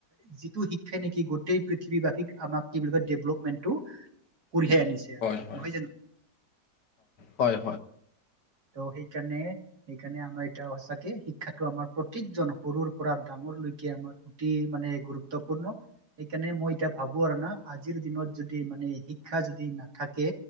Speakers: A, on the right; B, on the left.
A: যিটো শিক্ষাই নেকি গোটেই পৃথিৱীবাসীক আমাক কি বুলি কয় ডেভ‌লপমেন্টটো কঢিয়াই আনিছে।
B: হয় হয়
A: নহয় জানো?
B: হয় হয় হয়
A: ত সেইকাৰণে সেইকাৰণে আমাৰ এতিয়া সচাকে শিক্ষাটো আমাৰ প্ৰত্যেকজন সৰুৰ পৰা ডা ডাঙৰ লৈকে আমাৰ গোটৈই মানে গুৰুত্বপূৰ্ণ। সেইকাৰণে মই এতিয়া ভাবো আৰু না, আজিৰ দিনত যদি মানে শিক্ষা যদি নাথাকে